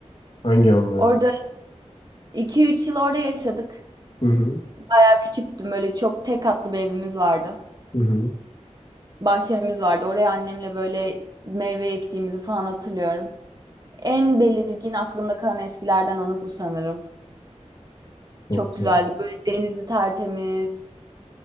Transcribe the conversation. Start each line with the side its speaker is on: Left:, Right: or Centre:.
Left: Hangi anlara?
Right: Orada iki üç yıl orada yaşadık.
Left: Hı hı.
Right: Ben küçüktüm böyle çok tek katlı bir evimiz vardı.
Left: Hı hı.
Right: Bahçemiz vardı. Oraya annemle böyle meyve ektiğimizi falan hatırlıyorum. En belirgin aklımda kalan eskilerden anı bu sanırım.
Left: Çok
Right: Çok
Left: güzel.
Right: güzeldi. Böyle denizi tertemiz.